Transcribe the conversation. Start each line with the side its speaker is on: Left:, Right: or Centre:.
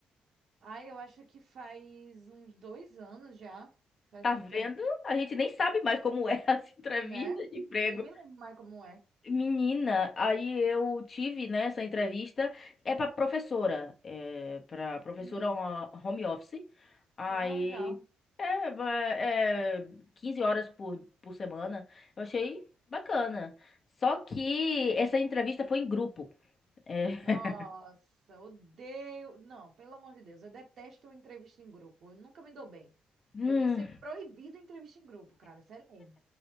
Right: Ai, eu acho que faz uns dois anos já. Faz
Left: Tá
Right: muito
Left: vendo?
Right: tempo,
Left: A gente nem sabe mais como é <laughs> as entrevistas
Right: né?
Left: de emprego.
Right: Nem me lembro mais como é.
Left: Menina, aí eu tive, né, essa entrevista, é pra professora, é pra professora
Right: Hum.
Left: ó, home office, aí
Right: Ah, legal.
Left: é, ba- é 15 horas por, por semana, eu achei bacana, só que essa entrevista foi em grupo, é. <laughs>
Right: Nossa, odeio. Não, pelo amor de Deus, eu detesto entrevista em grupo. Eu nunca me dou bem.
Left: Hum,
Right: Devia ser proibido entrevista em grupo, cara, sério mesmo.